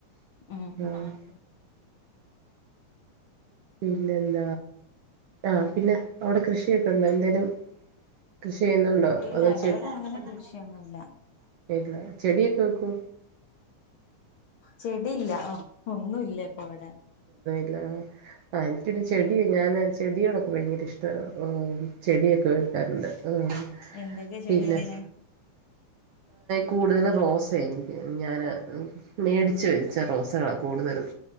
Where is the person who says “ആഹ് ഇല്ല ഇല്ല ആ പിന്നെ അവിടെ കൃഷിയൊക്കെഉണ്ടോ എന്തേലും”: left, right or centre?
Right